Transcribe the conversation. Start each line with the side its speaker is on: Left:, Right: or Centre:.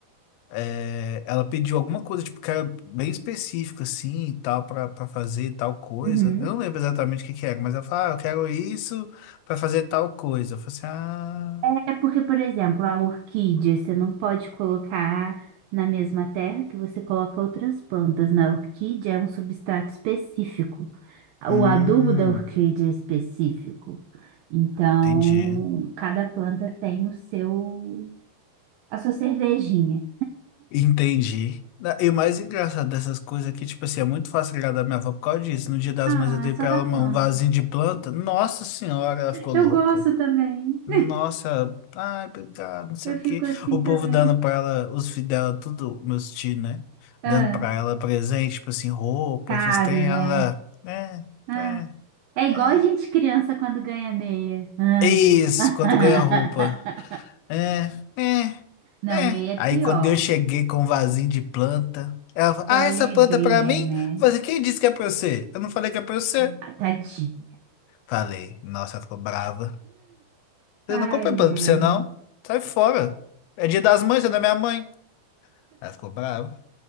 Left: É, ela pediu alguma coisa, tipo, que era bem específica, assim, e tal, pra, pra fazer tal coisa.
Right: Uhum.
Left: Eu não lembro exatamente o que que era, mas ela falou, ah, eu quero isso pra fazer tal coisa. Eu falei assim, ah,
Right: É porque, por exemplo, a orquídea, você não pode colocar na mesma terra que você coloca outras plantas. Na orquídea é um substrato específico.
Left: hum,
Right: O adubo da orquídea é específico. Então,
Left: entendi.
Right: cada planta tem o seu, a sua cervejinha.
Left: Entendi. Na- E o mais engraçado dessas coisas é que, tipo assim, é muito fácil agradar minha avó por causa disso. No dia das
Right: Ah,
Left: mães eu dei
Right: é só
Left: pra
Right: da
Left: ela uma-
Right: planta.
Left: um vasinho de planta. Nossa senhora, ela ficou
Right: Eu
Left: louca.
Right: gosto também.
Left: Nossa, ai, obrigado, não sei
Right: Eu
Left: o
Right: fico
Left: quê.
Right: assim
Left: O
Right: também.
Left: povo dando pra ela, os filhos dela, tudo, meus tios, né?
Right: Ah,
Left: Dando pra ela presente, tipo assim, roupa,
Right: caro,
Left: vocês têm
Right: né?
Left: ela. É,
Right: Ah,
Left: é,
Right: é igual
Left: é.
Right: a gente criança quando ganha meia. Ah.
Left: É Isso,
Right: <laughs>
Left: quando ganha roupa. É, é,
Right: Não,
Left: é.
Right: meia é
Left: Aí
Right: pior.
Left: quando eu cheguei com um vasinho de planta, ela falou,
Right: Foi
Left: ah,
Right: alegria,
Left: essa planta é pra mim?
Right: né?
Left: Eu falei, assim, quem disse que é pra você? Eu não falei que é pra você.
Right: Ah, Tadinho.
Left: Falei, nossa, ela ficou brava.
Right: Ai,
Left: Eu não comprei planta
Right: ai.
Left: pra você, não. Sai fora. É dia das mães, você não é minha mãe. Ela ficou brava.